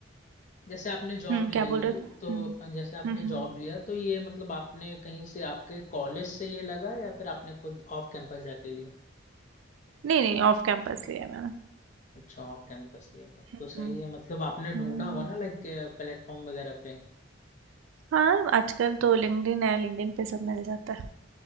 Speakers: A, on the left (about 40°); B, on the right (about 85°).
A: जैसे आपने जॉब
B: हम्म
A: लिया
B: क्या बोल
A: ये
B: रहे थे हम्म
A: तो अ, जैसे आपने
B: हम्म
A: जॉब
B: हम्म
A: लिया तो ये मतलब आपने कहीं से आपके कॉलेज से ये लगा या फिर आपने खुद ऑफ कैंपस जाके लिया
B: नहीं नहीं ऑफ कैंपस लिया है मैंने
A: अच्छा ऑफ कैंपस लिया तो
B: हम्म
A: तो सही है मतलब आपने
B: हम्म।
A: ढूंढा हुआ ना लाइक प्लेटफॉर्म वगैरह पे
B: हाँ आजकल तो लिंक्डइन है लिंक्डइन पे सब मिल जाता है